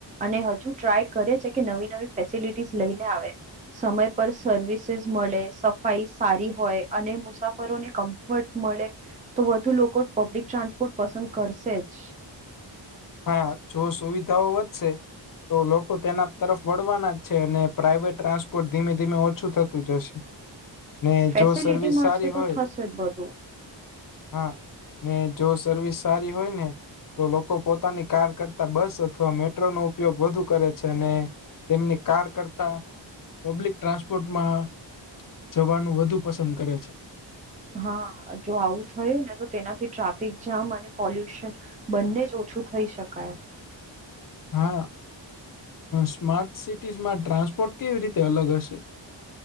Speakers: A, on the right; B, on the left.
A: અને હજુ ટ્રાય કરે છે કે નવી નવી ફેસિલિટીઝ લઈને આવે... સમયસર સર્વિસ મળે સફાઈ સારી હોય. અને મુસાફરોને કમ્ફર્ટ મળે. તો વધુ લોકો પબ્લિક ટ્રાન્સપોર્ટ પસંદ કરશે જ.
B: હા, જો સુવિધાઓ વધશે. તો લોકો તેના તરફ વળવાના જ છે અને પ્રાઇવેટ ટ્રાન્સપોર્ટ ધીમે ધીમે ઓછું થતું જશે. ને
A: ફેસિલિટી
B: જો સર્વિસ... સારી
A: મળશે
B: હોય
A: તો થશે જ બધું.
B: હા ને, જો સર્વિસ સારી હોય ને તો લોકો પોતે... પોતાની કાર કરતા બસ અથવા મેટ્રોનો ઉપયોગ વધુ કરે છે અને... તેમની કાર કરતા પબ્લિક ટ્રાન્સપોર્ટમાં... જવાનું વધુ પસંદ કરે છે.
A: હા, જો આવું થયું ને તો તેનાથી ટ્રાફિક જામ અને પોલ્યુશન... બંને જ ઓછું થઈ શકાય.
B: હા. સ્માર્ટ સિટીઝમાં ટ્રાસપોર્ટ કેવી રીતે અલગ હશે?